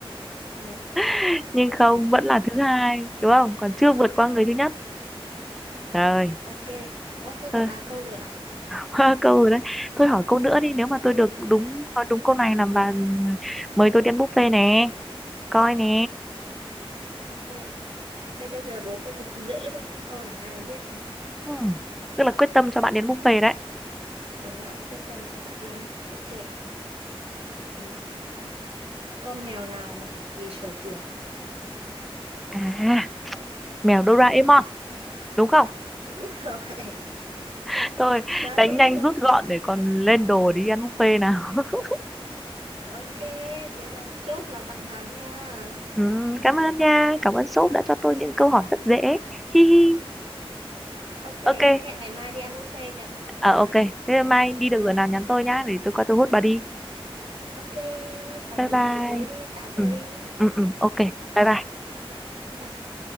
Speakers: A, on the right; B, in the centre.
A: Ừ,
B: <laughs> nhưng không vẫn là thứ hai đúng không còn chưa vượt qua người thứ nhất rồi
A: ok. Ồ, thế là
B: thôi,
A: ba câu rồi à?
B: <laughs> câu rồi đấy thôi hỏi câu nữa đi nếu mà tôi được đúng nói đúng câu này là bà mời tôi đi ăn buffet nè coi nè
A: Ok. Thế bây giờ đố câu cực dễ luôn nha, câu này ai cũng biết mà.
B: Ừm, tức là quyết tâm cho bạn đến buffet đấy
A: Đó là quyết tâm cho bạn đi ăn buffet. Ừm, Con mèo nào mà cực kỳ sợ chuột?
B: à mèo Doraemon đúng không
A: Đúng rồi, <laughs>
B: <laughs> thôi
A: quá
B: đánh
A: dễ
B: nhanh
A: luôn.
B: rút gọn để còn lên đồ đi ăn buffet nào <laughs>
A: Ok, thế là chốt là bạn thắng nha.
B: Ừm,
A: Ừ.
B: cảm ơn nha cảm ơn shop đã cho tôi những câu hỏi rất dễ <laughs> hi hi
A: Ok, thế
B: ok
A: hẹn ngày mai đi ăn buffet nhỉ?
B: Ờ ok, thế mai đi được rồi nào
A: Ừ.
B: nhắn tôi nhá để tôi qua tôi hút bà đi.
A: Ok, tầm
B: Bye bye.
A: buổi tối đi, tám giờ
B: Ừ.
A: đi.
B: Ừ ừ ok. Bye
A: Ừ.
B: bye.
A: Ừ. Bye bye.